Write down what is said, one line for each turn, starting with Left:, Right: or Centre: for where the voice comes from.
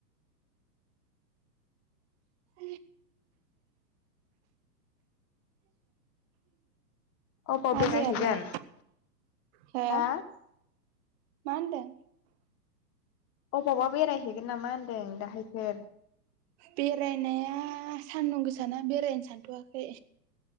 Right: <inaudible>
Left: अबाव बेरायहैगोन
Right: आजाया लाय हो।
Left: हा
Right: मा होनदों।
Left: अबावबा बेरायहैगोन नामा होनदों दाहायफोर।
Right: बेरायनाया सान्दुं गोसाना बेरायनो सानथ'वाखै।